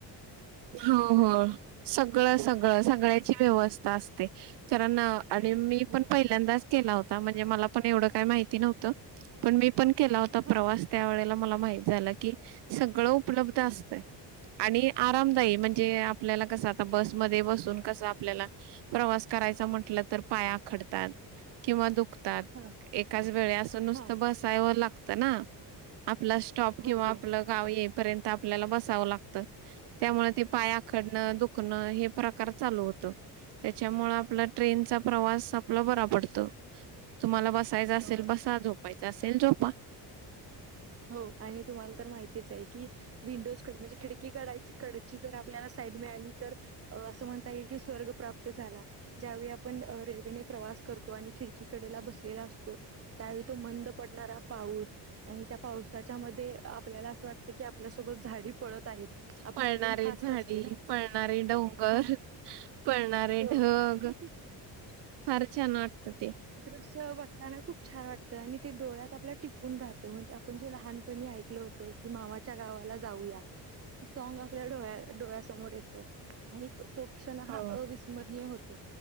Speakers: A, on the right; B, on the right.
A: हो हो, सगळं सगळं सगळ्याची व्यवस्था असते, कारण अ आणि मी
B: हो
A: पण पहिल्यांदाच केला होता, म्हणजे मला पण एवढं काही माहिती नव्हतं पण मी पण केला होता
B: हा
A: प्रवास त्या वेळेला मला माहित झालं. की सगळं उपलब्ध असतंय आणि आराम दायी म्हणजे
B: हो,
A: आपल्याला कसं आता बसमध्ये बसून कसं आपल्याला प्रवास करायचा म्हटलं तर पाय आखडतात किंवा दुख तात
B: हा
A: एकाच वेळी असं नुसतं
B: हा
A: बसायवर लागतं ना. आपला स्टॉप
B: हो
A: किंवा
B: हो
A: आपलं गाव येईपर्यंत आपल्याला बसावं लागतं. त्यामुळे ते पाय आखडणं दुखणं हे प्रकार चालू होतं त्याच्यामुळे आपला ट्रेनचा प्रवास आपला बरा पडतो, तुम्हाला बस बसायचं असेल,
B: हो
A: बसा झोपायचं असेल झोपा.
B: हो आणि तुम्हाला तर माहितीच आहे, की विंडोज कड- म्हणजे खिडकी कडाय कडची जर आपल्याला साइड मिळाली तर, अस म्हणता येईल की स्वर्ग प्राप्त झाला ज्यावेळी आपण रेल्ववेने प्रवास करतो आणि खिडकी कडेला बसलेलो असतो, त्यावेळी तो मंद पडणारा पाऊस आणि त्या पावसाच्या मध्ये आपल्याला असं वाटत की, आपल्यासोबत झाडी पळत आहेत. आपली
A: पळणारे
B: ट्रेन फास्ट
A: झाडी,
B: असते ना
A: पळणारे डोंगर,
B: हा
A: पळणारे
B: हो
A: ढग
B: <inaudible>
A: फार छानं वाटतं ते.
B: अस बघताना खूप छान वाटतं, आणि ते डोळ्यात आपल्या टिपून राहतं म्हणजे आपण जे लहानपणी ऐकलो होत तो कि मामाच्या गावाला जाऊया, ते सॉग आपल्या डोळ्या डोळ्यासमोर येतं. आणि तो क्षण हा
A: हो
B: अविस्मरणीय होतो,